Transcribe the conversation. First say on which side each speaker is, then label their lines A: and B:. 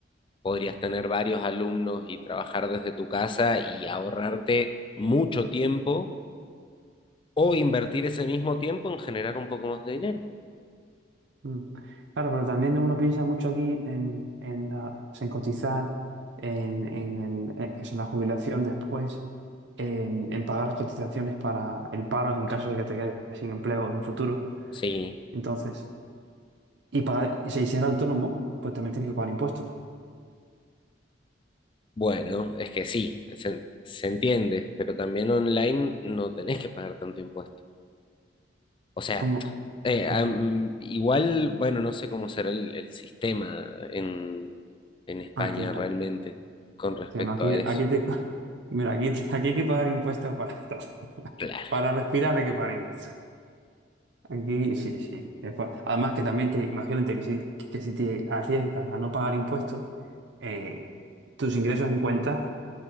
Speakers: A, on the left; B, on the right.
A: Podrías tener varios alumnos y trabajar desde tu casa y ahorrarte mucho tiempo o invertir ese mismo tiempo en generar un poco más de dinero.
B: Mm. Claro, pero también uno piensa mucho aquí en, en, la- o sea, en cotizar, en, en, en- en- eso, en la jubilación después. en, en pagar las cotizaciones para el paro en caso de que te quedes sin empleo en un futuro.
A: Sí,
B: Entonces, y pagar y si ser autónomo, pues también tienes que pagar impuestos.
A: Bueno, es que sí, se, se entiende, pero también online no tenés que pagar tanto impuesto. O sea,
B: ¿Cómo,
A: eh,
B: cómo
A: am-
B: que no?
A: igual, bueno, no sé cómo será el, el sistema en, en España
B: Aquí, vale.
A: realmente con respecto
B: Sí, no, aquí,
A: a eso.
B: aquí te, <laughs> mira, aquí, aquí hay que pagar impuestos para <laughs> todo.
A: Claro,
B: Para respirar hay que pagar impuestos. Aquí sí, sí. Después, además que también, que imagínate que si, que si te arriesgas a no pagar impuestos, eh, tus ingresos en cuenta